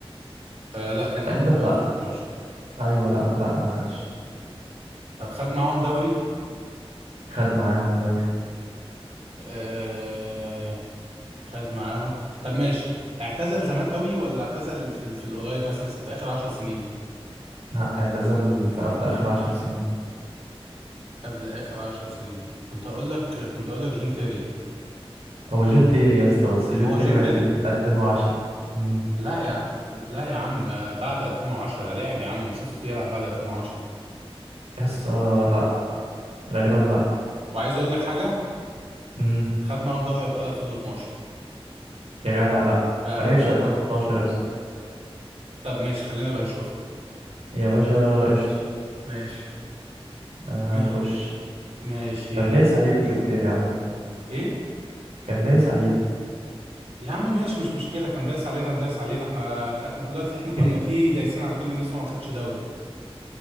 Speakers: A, on the right; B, on the right.
A: آه، لا كان
B: تقريبا
A: اول مره
B: لا
A: 2012
B: أيوة لا لا ما خدش
A: طب خد معاهم دوري
B: خد معاهم دوري
A: آه... خد معاهم طب ماشي اعتزل زمان قوي ولا اعتزل في ال- في القريب مثلا في, في اخر 10 سنين
B: لا اعتزل في قبل آخر عشر سنين
A: قبل اخر 10 سنين كنت اقول لك كنت اقول لك جون تيري
B: هو جون تيري يا اسطى بس جون
A: هو
B: تيري
A: جون
B: معتزل
A: تيري
B: من 2010 امم
A: لا يا ع- لا يا عم آه، بعد 2010 ده لاعب يا عم انا شفت بيلعب بعد 2010
B: يا اسطى لا غالبا لا
A: وعايز اقول لك حاجه
B: امم
A: خد معاهم دوري ابطال 2012
B: يا جدع لا
A: بامانه
B: ما لعبش
A: خد
B: 2012
A: معاهم
B: يا اسطى
A: طب ماشي خلينا بقى نشوفها
B: يا باشا قشطة
A: ماشي
B: آه،
A: ماشي
B: خش
A: ماشي
B: كان دايس عليكوا جون تيري عامة
A: ايه
B: كان دايس عليكم
A: يا عم ماشي مش مشكله كان دايس علينا دايس علينا احنا احنا في الوقت اللي احنا كنا
B: <laughs>
A: فيه دايسين على كل الناس وما خدش دوري